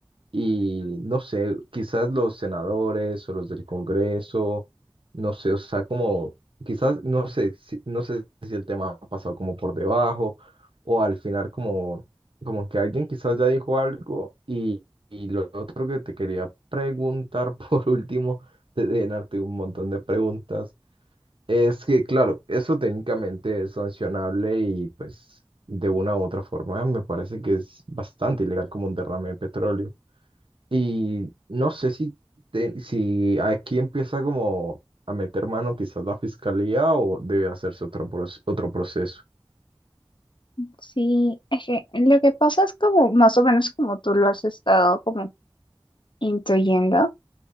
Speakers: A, on the right; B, on the left.
A: y no sé, quizás los senadores o los del Congreso, no sé, o sea, como, quizás, no sé, si, no sé si el tema ha pasado como por debajo o al final como, como que alguien quizás ya dijo algo y, y lo otro que te quería preguntar <laughs> por último, de de llenarte un montón de preguntas, es que, claro, eso técnicamente es sancionable y pues de una u otra forma me parece que es bastante ilegal como un derrame de petróleo. Y no sé si, te- si aquí empieza como a meter mano quizás la fiscalía o debe hacerse otro, proce- otro proceso.
B: Sí, es que lo que pasa es como más o menos como tú lo has estado como Intuyendo,